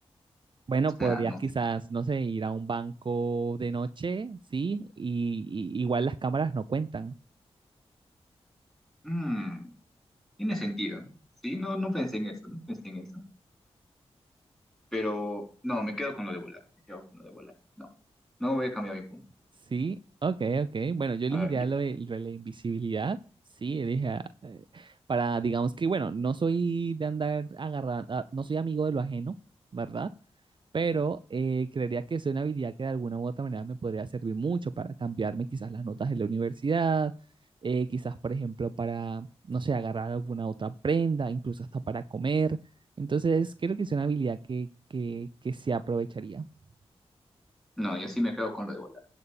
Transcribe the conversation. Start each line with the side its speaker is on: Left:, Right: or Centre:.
Right: Bueno,
Centre: O sea,
Right: podrías
Centre: no
Right: quizás,
Centre: sé.
Right: no sé, ir a un banco de noche, ¿sí? Y, y- igual las cámaras no cuentan.
Centre: Mm, tiene sentido. Sí, no, no pensé en eso, no pensé en eso. Pero no, me quedo con lo de volar, me quedo con lo de volar. No, no voy a cambiar mi punto.
Right: Sí, ok, ok. Bueno, yo elegiría
Centre: A ver, yo-
Right: lo de, lo de la invisibilidad. Sí, dije, ah, eh, para, digamos que, bueno, no soy de andar agarrando, ah, no soy amigo de lo ajeno, ¿verdad? Pero eh, creería que es una habilidad que de alguna u otra manera me podría servir mucho para cambiarme quizás las notas de la universidad, eh, quizás, por ejemplo, para, no sé, agarrar alguna otra prenda, incluso hasta para comer. Entonces, creo que es una habilidad que, que, que se aprovecharía.
Centre: no, yo sí me quedo con lo de volar.